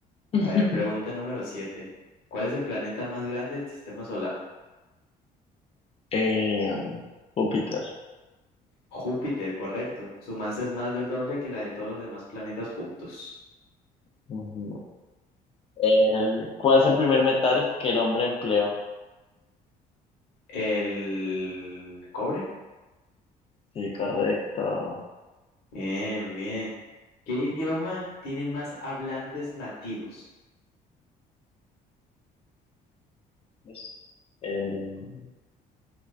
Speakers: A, on the left; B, on the left.
A: <laughs>
B: A ver, pregunta número 7. ¿Cuál es el planeta más grande del sistema solar?
A: Eh, Júpiter.
B: Júpiter, correcto. Su masa es más del doble que la de todos los demás planetas juntos.
A: Ujú. El, ¿cuál fue el primer metal que el hombre empleó?
B: ¿El cobre?
A: Sí, correcto.
B: Bien, bien. ¿Qué idioma tiene más hablantes nativos?
A: Es El